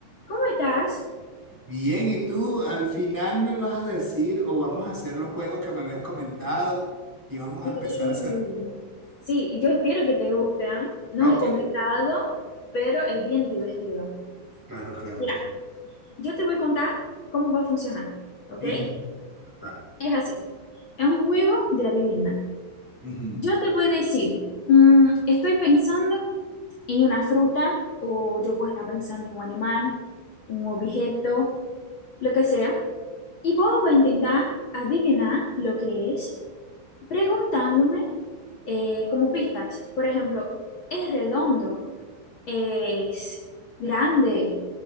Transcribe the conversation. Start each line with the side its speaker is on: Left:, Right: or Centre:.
Left: ¿Cómo estás?
Centre: Bien, y tú al final me vas a decir o vamos a hacer los juegos que me habías comentado y vamos
Left: Sí,
Centre: a empezar a hacer.
Left: sí, yo espero que te guste, ¿ah? No
Centre: Ok,
Left: es complicado, pero es bien divertido.
Centre: claro, claro,
Left: Mira,
Centre: claro.
Left: yo te voy a contar cómo va a funcionar, ¿ok?
Centre: Ujú, Claro,
Left: Es así, es un juego de adivina.
Centre: ujú.
Left: Yo te voy a decir, mm, estoy pensando en una fruta, o yo puedo estar pensando en un animal, un objeto, lo que sea, y vos vas a intentar adivinar lo que es, preguntándome eh, como pistas. Por ejemplo, es redondo, es grande,